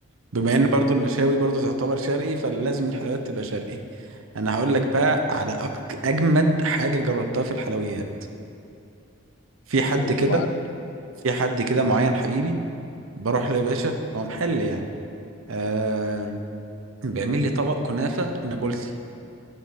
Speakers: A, on the right; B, on the left.
A: بما إن برضو المشاوي برضو تعتبر شرقي فلازم الحلويات تبقى شرقي أنا هقول لك بقى على أك... أجمد حاجة جربتها في الحلويات في حد
B: قول
A: كده
B: لي يا معلم
A: في حد كده معين حبيبي بروح له يا باشا هو محل يعني أه بيعمل لي طبق كنافة نابلسي